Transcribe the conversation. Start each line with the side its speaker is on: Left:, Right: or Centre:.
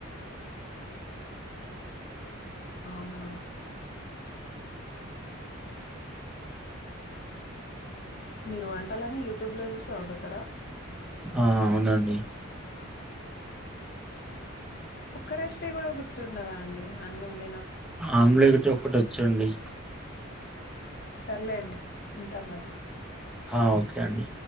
Left: అవునా మీరు వంటలన్ని యూట్యూబ్ లో చూసే వండుతరా
Centre: ఆ అవునండి
Left: ఒక్క రెసిపీ కూడ గుర్తుండదా అండి అన్ని వొండిన
Centre: ఆంలేగ్ టి ఒకటొచ్చండి
Left: సర్లెండి ఉంటా మరి
Centre: ఆ ఓకె అండి